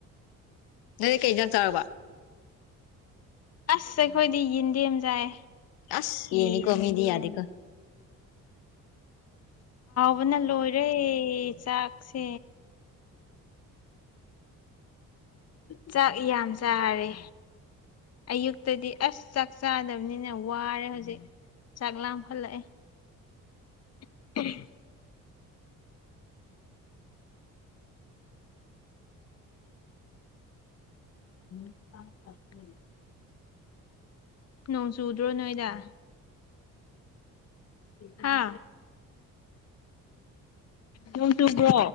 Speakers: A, on the left; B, on the left.
A: ꯅꯣꯏ ꯀꯩ ꯑꯦꯟꯖꯥꯡ ꯆꯥꯔꯕ
B: ꯑꯁ ꯑꯩꯈꯣꯏꯗꯤ ꯌꯦꯟꯗꯦꯝ ꯆꯥꯏ
A: ꯑꯁ
B: ꯌꯦꯟꯗꯦꯝ
A: ꯌꯦꯅꯤ ꯀꯣ ꯃꯤꯗꯤ ꯌꯥꯗꯦꯀꯣ
B: ꯕꯅ ꯂꯣꯏꯔꯦ ꯆꯥꯛꯁꯦ <inaudible> ꯆꯥꯛ ꯌꯥꯝ ꯆꯥꯔꯦ ꯑꯌꯨꯛꯇꯗꯤ ꯑꯁ ꯆꯥꯛ ꯆꯥꯗꯕꯅꯤꯅ ꯋꯥꯔꯦ ꯍꯧꯖꯤꯛ ꯆꯥꯛ ꯂꯥꯃꯈꯠꯂꯛꯑꯦ <inaudible> <inaudible> ꯅꯣꯡ ꯆꯨꯗ꯭ꯔꯣ ꯅꯣꯏꯗ ꯍꯥ ꯅꯣꯡ ꯆꯨꯕ꯭ꯔꯣ